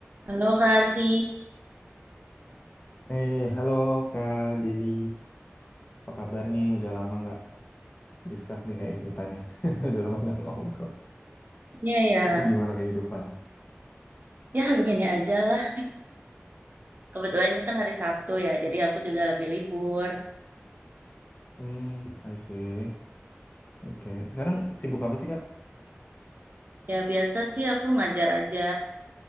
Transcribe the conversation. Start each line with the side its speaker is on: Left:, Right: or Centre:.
Right: Halo Kak Arsi,
Left: Eh, halo Kak Deli, apa kabar nih? Udah lama nggak discuss nih kayak kita nih. <laughs> Udah lama nggak ngobrol.
Right: ya ya,
Left: Itu Gimana kehidupan?
Right: ya begini aja lah. Kebetulan ini kan hari Sabtu ya, jadi aku juga lagi libur.
Left: Hmm, I see. Oke. Sekarang sibuk apa sih Kak?
Right: Ya biasa sih aku ngajar aja